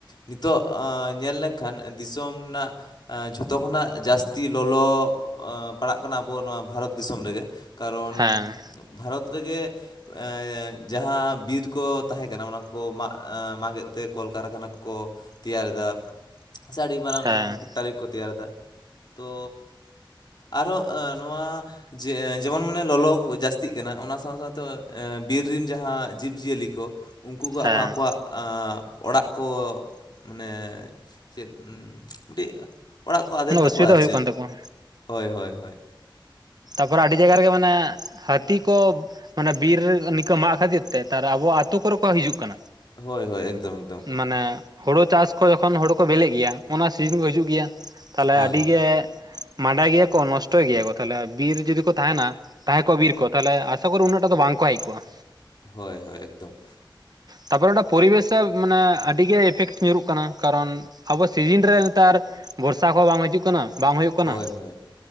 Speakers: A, on the left; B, on the right.
A: ᱱᱤᱛᱚᱜ ᱚᱸ ᱧᱮᱞ ᱞᱮᱠᱷᱟᱱ ᱫᱤᱥᱚᱢ ᱨᱮᱱᱟᱜ ᱡᱷᱚᱛᱚ ᱠᱷᱚᱱᱟᱜ ᱡᱟᱹᱥᱛᱤ ᱞᱚᱞᱚ ᱯᱟᱲᱟᱜ ᱠᱟᱱᱟ ᱟᱵᱚ ᱱᱚᱣᱟ ᱵᱷᱟᱨᱚᱛ ᱫᱤᱥᱚᱢ ᱨᱮᱜᱮ ᱠᱟᱨᱚᱱ
B: ᱦᱮᱸ
A: ᱵᱷᱟᱨᱚᱛ ᱨᱮᱜᱮ ᱮᱸ ᱡᱟᱦᱟᱸ ᱵᱤᱨ ᱠᱚ ᱛᱟᱦᱮᱸ ᱠᱟᱱᱟ ᱚᱱᱟ ᱠᱚ ᱢᱟᱜ ᱢᱟᱜᱮᱫ ᱛᱮ ᱠᱚᱞᱠᱟᱨᱠᱷᱟᱱᱟ ᱠᱚᱠᱚ ᱛᱮᱭᱟᱨ ᱮᱫᱟ ᱥᱮ ᱟᱹᱰᱤ ᱢᱟᱨᱟᱝ
B: ᱦᱮᱸ
A: ᱯᱷᱮᱠᱴᱟᱨᱤ ᱠᱚ ᱛᱮᱭᱟᱨᱮᱫᱟ ᱛᱚ ᱟᱨᱦᱚᱸᱜ ᱱᱚᱣᱟ ᱡᱮ ᱡᱮᱢᱚᱱ ᱢᱟᱱᱮ ᱞᱚᱞᱚ ᱡᱟᱥᱛᱤᱜ ᱠᱟᱱᱟ ᱚᱱᱟ ᱥᱟᱶ ᱥᱟᱶᱛᱮ ᱮᱸ ᱵᱤᱨ ᱨᱮᱱ ᱡᱟᱦᱟᱸ ᱡᱤᱵ ᱡᱤᱭᱟᱹᱞᱤ ᱠᱚ ᱩᱱᱠᱩ ᱠᱚᱣᱟᱜ
B: ᱦᱮᱸ
A: ᱦᱚᱸ ᱟᱠᱚᱣᱟᱜ ᱟᱸ ᱚᱲᱟᱜ ᱠᱚ ᱢᱟᱱᱮ ᱪᱮᱫ <inaudible> ᱚᱲᱟᱜ ᱠᱚ ᱟᱫᱮᱜ
B: ᱢᱟᱱᱮ ᱚᱥᱩᱵᱤᱫᱟ
A: ᱛᱟᱠᱚᱣᱟ ᱟᱨ
B: ᱦᱩᱭᱩᱜ
A: ᱪᱮᱫ?
B: ᱠᱟᱱ ᱛᱟᱠᱚᱣᱟ
A: ᱦᱳᱭ ᱦᱳᱭ ᱦᱳᱭ
B: ᱛᱟᱯᱚᱨᱮ ᱟᱹᱰᱤ ᱡᱟᱭᱜᱟ ᱨᱮᱜᱮ ᱢᱟᱱᱮ ᱦᱟᱹᱛᱤ ᱠᱚ ᱢᱟᱱᱮ ᱵᱤᱨ ᱱᱤᱝᱠᱟ ᱢᱟᱜ ᱠᱷᱟᱹᱛᱤᱨ ᱛᱮ ᱛᱟᱨ ᱟᱵᱚ ᱟᱛᱳ ᱠᱚᱨᱮ ᱠᱚ ᱦᱤᱹᱡᱩᱜ ᱠᱟᱱᱟ
A: ᱦᱳᱭ ᱦᱳᱭ ᱮᱠᱫᱚᱢ ᱮᱠᱫᱚᱢ
B: ᱢᱟᱱᱮ ᱦᱳᱲᱳ ᱪᱟᱥ ᱠᱚ ᱡᱚᱠᱷᱚᱱ ᱦᱳᱲᱳ ᱠᱚ ᱵᱤᱞᱮᱜ ᱜᱮᱭᱟ ᱚᱱᱟ ᱥᱤᱡᱮᱱ ᱠᱚ ᱦᱟᱹᱡᱩᱜ ᱜᱮᱭᱟ ᱛᱟᱦᱚᱞᱮ
A: ᱦᱳᱭ
B: ᱟᱹᱰᱤ
A: ᱦᱳᱭ
B: ᱜᱮ ᱢᱟᱰᱟᱭ ᱜᱮᱭᱟ ᱠᱚ ᱱᱚᱥᱴᱚᱭ ᱜᱮᱭᱟ ᱠᱚ ᱛᱟᱦᱚᱞᱮ ᱵᱤᱨ ᱨᱮ ᱡᱩᱫᱤ ᱠᱚ ᱛᱟᱦᱮᱱᱟ ᱛᱟᱦᱮᱸ ᱠᱚᱜᱼᱟ ᱵᱤᱨ ᱠᱚ ᱛᱟᱦᱚᱞᱮ ᱟᱥᱟ ᱠᱚᱨᱚ ᱩᱱᱟᱹᱜ ᱴᱟᱜ ᱫᱚ ᱵᱟᱝᱠᱚ ᱦᱮᱡ ᱠᱚᱜᱼᱟ
A: ᱦᱳᱭ ᱦᱳᱭ ᱮᱠᱫᱚᱢ
B: ᱛᱟᱯᱚᱨᱮ ᱚᱸᱰᱮ ᱯᱚᱨᱤᱵᱮᱥᱮ ᱢᱟᱱᱮ ᱟᱹᱰᱤ ᱜᱮ ᱮᱯᱷᱮᱠᱴ ᱧᱩᱨᱩᱜ ᱠᱟᱱᱟ ᱠᱟᱨᱚᱱ ᱟᱵᱚ ᱥᱤᱡᱮᱱ ᱨᱮ ᱱᱮᱛᱟᱨ ᱵᱚᱨᱥᱟ ᱠᱚᱦᱚᱸ ᱵᱟᱝ ᱦᱟᱹᱡᱩᱜ ᱠᱟᱱᱟ ᱵᱟᱝ ᱦᱩᱭᱩᱜ ᱠᱟᱱᱟ
A: ᱦᱳᱭ ᱦᱳᱭ